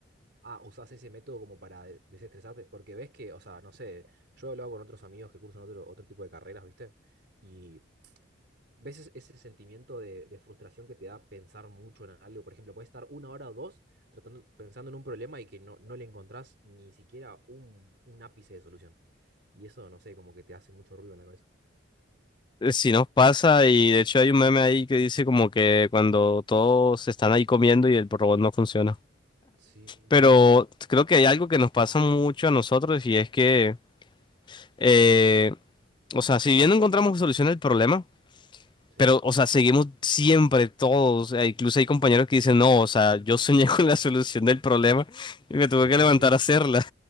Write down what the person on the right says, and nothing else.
Ah, usás ese método como para de- desestresarte, porque ves que, o sea, no sé, yo he hablado con otros amigos que cursan otro, otro tipo de carreras, ¿viste? Y ¿Ves ese ese sentimiento de, de frustración que te da pensar mucho en algo? Por ejemplo, puedes estar una hora o dos tratando, pensando en un problema y que no, no le encontrás ni siquiera un, un ápice de solución. Y eso, no sé, como que te hace mucho ruido en la cabeza.
Sí,
Dios.
Sí.
Sí.
<laughs>